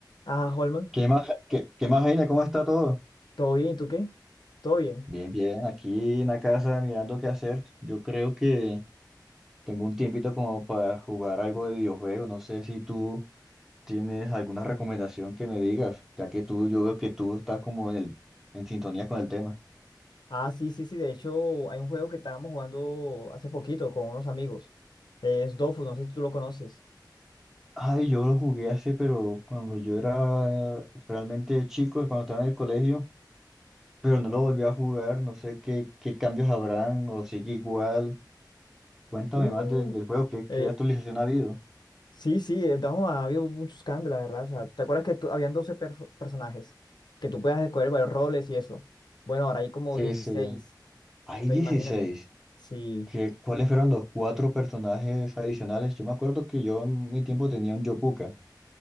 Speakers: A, on the left (about 70°); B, in the centre.
A: Ah, Holman,
B: ¿Qué más, qué, qué más, Heine? ¿Cómo está todo?
A: ¿todo bien? ¿Y tú qué? ¿Todo bien?
B: Bien, bien, aquí en la casa mirando qué hacer. Yo creo que tengo un tiempito como para jugar algo de videojuegos. No sé si tú tienes alguna recomendación que me digas, ya que tú, yo veo que tú estás como en el, en sintonía con el tema.
A: Ah, sí, sí, sí. De hecho, hay un juego que estábamos jugando hace poquito con unos amigos. Es Dofus, no sé si tú lo conoces.
B: Ay, yo lo jugué hace, pero cuando yo era realmente chico, cuando estaba en el colegio, pero no lo volví a jugar. No sé qué, qué cambios habrán o sigue igual. Cuéntame
A: Uh,
B: más del, del juego, qué,
A: eh,
B: qué actualización ha habido.
A: sí, sí, eh, no, ha habido muchos cambios, la verdad. O sea, ¿te acuerdas que tú- habían 12 perso- personajes? Que tú puedas escoger varios roles y eso. Bueno, ahora hay como
B: Sí,
A: 16.
B: sí. Hay
A: Entonces,
B: 16.
A: imagínate. Sí.
B: ¿Qué, cuáles fueron los cuatro personajes adicionales? Yo me acuerdo que yo en mi tiempo tenía un Yopuka.